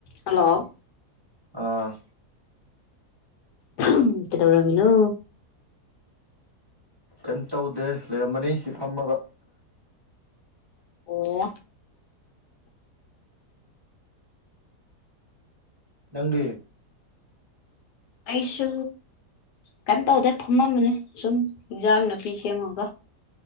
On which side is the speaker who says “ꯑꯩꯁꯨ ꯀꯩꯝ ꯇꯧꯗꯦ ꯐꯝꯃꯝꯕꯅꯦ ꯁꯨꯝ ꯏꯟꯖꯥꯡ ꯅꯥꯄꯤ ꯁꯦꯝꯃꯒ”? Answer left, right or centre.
Left